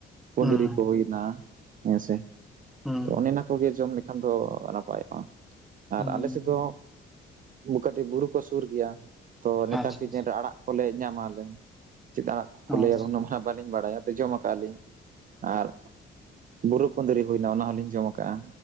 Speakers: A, on the right (about 45°); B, in the centre.
A: ᱠᱩᱸᱫᱽᱨᱤ
B: ᱦᱩᱸ
A: ᱠᱚ ᱦᱩᱭᱱᱟ ᱦᱮᱸᱥᱮ
B: ᱦᱩᱸ
A: ᱛᱚ
B: ᱦᱩᱸ
A: ᱚᱱᱮ ᱚᱱᱟ ᱠᱚᱜᱮ ᱡᱚᱢ ᱞᱮᱠᱷᱟᱱ ᱫᱚ ᱱᱟᱯᱟᱭᱚᱜ ᱟᱨ
B: ᱦᱩᱸ
A: ᱟᱞᱮ ᱥᱮᱫ ᱫᱚ ᱠᱟᱹᱴᱤᱡ ᱵᱩᱨᱩ ᱠᱚ ᱥᱳᱨ ᱜᱮᱭᱟ ᱛᱚ ᱱᱮᱛᱟᱨ
B: ᱟᱪᱪᱷᱟ
A: ᱥᱤᱡᱤᱱ
B: ᱟᱪᱪᱷᱟ
A: ᱨᱮ ᱟᱲᱟᱜ ᱠᱚᱞᱮ ᱧᱟᱢᱟᱞᱮ ᱪᱮᱫ ᱟᱲᱟᱜ ᱠᱚᱠᱚ
B: ᱟᱪᱪᱷᱟ
A: ᱞᱟᱹᱭᱟ ᱜᱷᱚᱱᱚ ᱢᱟ ᱵᱟᱹᱞᱤᱧ ᱵᱟᱲᱟᱭᱟ ᱡᱚᱢ ᱠᱟᱜ ᱟᱞᱤᱧ ᱟᱨ ᱵᱩᱨᱩ ᱠᱩᱸᱫᱽᱨᱤ ᱦᱩᱭᱱᱟ ᱚᱱᱟ ᱦᱚᱸᱞᱤᱧ ᱡᱚᱢ ᱠᱟᱜᱼᱟ